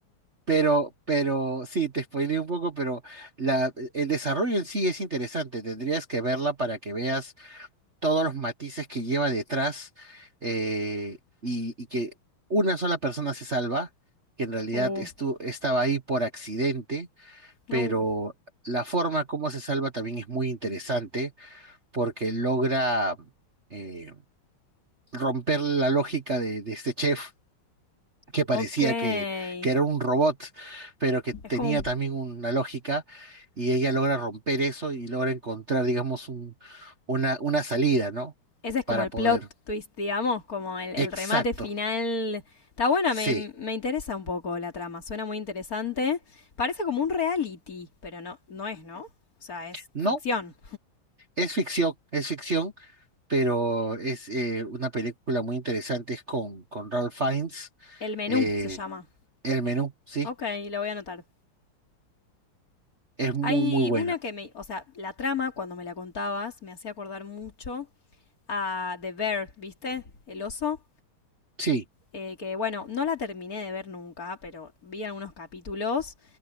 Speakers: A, on the right; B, on the left.
A: Pero, pero, sí, te spoileé un poco, pero la, el desarrollo en sí es interesante. Tendrías que verla para que veas todos los matices que lleva detrás eh, y, y que una sola persona se salva, que en realidad
B: Uh,
A: estu- estaba ahí por accidente,
B: no.
A: pero la forma como se salva también es muy interesante porque logra eh, romper la lógica de, de este chef que parecía
B: Ok. Es
A: que, que era un robot, pero que tenía
B: como un-
A: también una lógica, y ella logra romper eso y logra encontrar, digamos, un, una, una salida, ¿no?
B: ese es como
A: Para
B: el
A: poder.
B: plot twist, digamos, como el, el
A: Exacto,
B: remate final. Está buena,
A: sí.
B: me, me interesa un poco la trama, suena muy interesante. Parece como un reality, pero no, no es, ¿no? O sea, es
A: No,
B: ficción.
A: es ficción, es ficción, pero es eh, una película muy interesante, es con, con Ralph Fiennes,
B: El menú
A: eh,
B: se llama.
A: El Menú, sí,
B: Ok, lo voy a anotar.
A: es muy,
B: Hay
A: muy buena.
B: una que me, o sea, la trama, cuando me la contabas, me hacía acordar mucho a The Bear, ¿viste? El oso.
A: Sí.
B: eh, que bueno, no la terminé de ver nunca, pero vi algunos capítulos